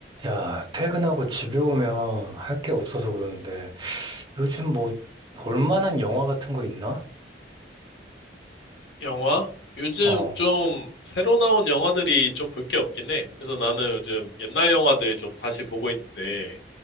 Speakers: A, on the right; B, on the left.
A: 야, 퇴근하고 집에 오면 할 게 없어서 그러는데, 요즘 뭐, 볼만한 영화 같은 거 있나?
B: 영화? 요즘
A: 어,
B: 좀 새로 나온 영화들이 좀 볼 게 없긴 해. 그래서 나는 요즘 옛날 영화들 좀 다시 보고 있는데,